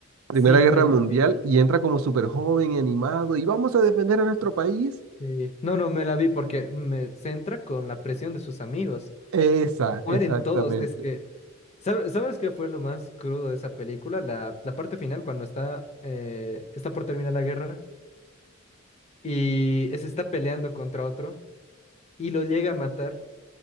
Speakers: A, on the right (about 80°); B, on the left (about 30°).
A: Primera
B: Sí,
A: Guerra
B: me la
A: Mundial,
B: vi.
A: y entra como súper joven y animado, y vamos a defender a nuestro país.
B: sí. No, no, me la vi porque me centra con la presión de sus amigos.
A: Esa,
B: Mueren
A: exactamente.
B: todos. Es que, ¿sabe- ¿sabes qué fue lo más crudo de esa película? La, la parte final, cuando está, eh, está por terminar la guerra. y se está peleando contra otro y lo llega a matar